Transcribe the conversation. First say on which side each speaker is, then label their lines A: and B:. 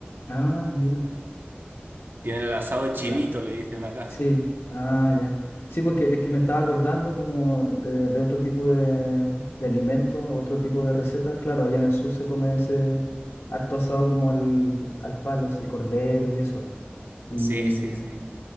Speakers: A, on the left (about 80°); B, on the right (about 55°).
A: Ah, mira.
B: Tiene el asado de chivito,
A: La-
B: le dicen acá.
A: Sí, ah, ya. Sí, porque es que me estaba acordando como de, de otro tipo de, de alimentos, otro tipo de recetas. Claro, allá en el sur se come ese harto asado como al, al palo, así, cordero y eso. Y,
B: Sí,
A: mm,
B: sí, sí.